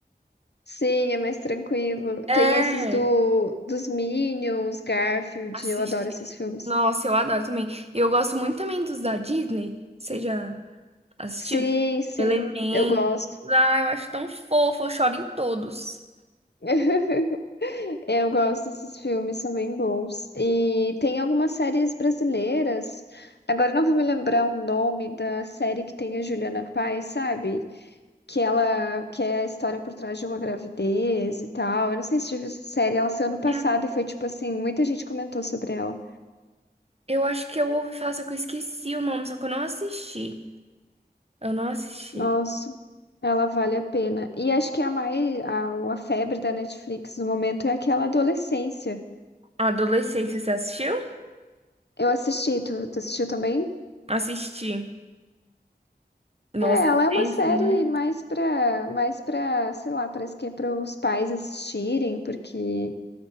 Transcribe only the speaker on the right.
É.
Assisti.
Nossa, eu adoro também. E eu gosto muito também dos da Disney. Você já assistiu?
Elementos.
Ah, eu acho tão fofo, eu choro em todos.
É,
Eu acho que eu ouvi falar, só que eu esqueci o nome, só que eu não assisti. Eu não assisti.
Adolescência, você assistiu?
Assisti. Nossa,
é
tenso,
né?